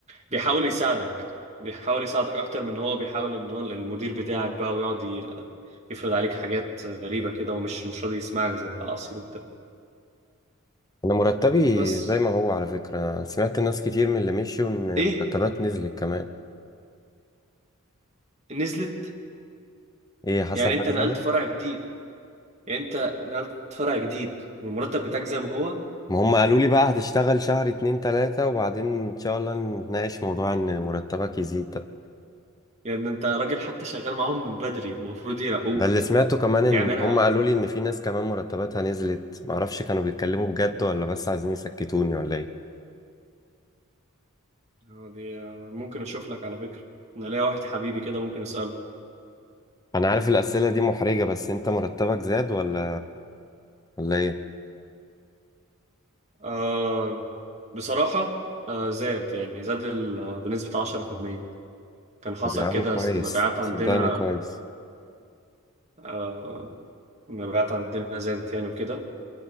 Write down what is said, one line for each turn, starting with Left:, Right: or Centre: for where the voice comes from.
Right: بيحاول يساعدك بيحاول يساعدك اكتر من ان هو بيحاول ان هو المدير بتاعك بقى ويقعد ي- يفرض عليك حاجات غريبة كده ومش مش راضي يسمعك زي بتاع اسيوط ده
Left: انا مرتبي
Right: بس
Left: زي ما هو على فكرة سمعت ناس كتير من اللي مشيوا ان
Right: ايه
Left: مرتبات نزلت كمان
Right: نزلت
Left: ايه حصل
Right: يعني انت
Left: حاجة
Right: نقلت
Left: تانية
Right: فرع جديد يعني انت نقلت فرع جديد والمرتب بتاعك زي ما هو
Left: ما هم قالوا لي بقى هتشتغل شهر اتنين تلاتة وبعدين ان شاء الله نتناقش موضوع ان مرتبك يزيد ده
Right: يعني انت راجل حتى شغال معاهم من بدري المفروض يرقوك
Left: ده اللي سمعته كمان ان
Right: يعني انا
Left: هم قالوا لي ان في ناس كمان مرتباتها نزلت معرفش كانوا بيتكلموا بجد ولا بس عايزين يسكتوني ولا ايه
Right: آه، دي آه، ممكن اشوف لك على فكرة انا ليا واحد حبيبي كده ممكن اسأله
Left: انا عارف الاسئله دي محرجه بس انت مرتبك زاد ولا ولا ايه
Right: آه بصراحة آه زاد يعني زاد ال- آه، بنسبة 10% كان حصل
Left: طب يا عم
Right: كده
Left: كويس
Right: المبيعات عندنا
Left: صدقني كويس
Right: آه المبيعات عندنا زادت يعني وكده